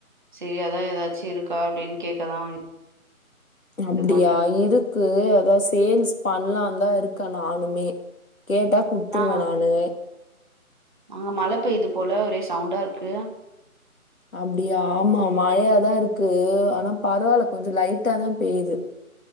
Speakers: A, on the right; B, on the left.
A: சேரி அதா ஏதாச்சு இருக்கா அப்படின்னு கேக்கதா
B: அப்டியா
A: இது பண்றே
B: இருக் கு அதா சேல்ஸ் பண்லா தா இருக்கே நானுமே கேட்டா குடுத்துருவ
A: நா
B: நானு
A: அங்க மழ பெய்து போல ஒரே சவுண்டாருக்கு
B: அப்டியா ஆமா மழையாதா இருக்கு ஆனா பரவால்ல கொஞ்சோ லைட்டாதா பெய்து